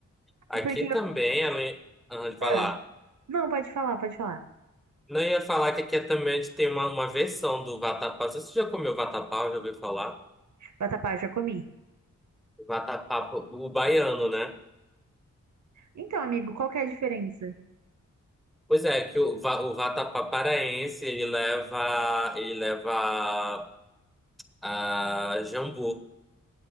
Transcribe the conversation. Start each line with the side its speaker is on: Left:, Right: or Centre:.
Centre: Aqui
Right: É Porque.
Centre: também, além ah, vai
Right: ah,
Centre: lá
Right: Não, pode falar, pode falar.
Centre: não eu ia falar que aqui é também a gente tem uma, uma versão do vatapá. Você já comeu vatapá? Já ouviu falar?
Right: Vatapá, já comi.
Centre: Vatapá, o baiano, né?
Right: Então, amigo, qual que é a diferença?
Centre: Pois é, que o, va- o vatapá paraense, ele leva, ele leva a jambu.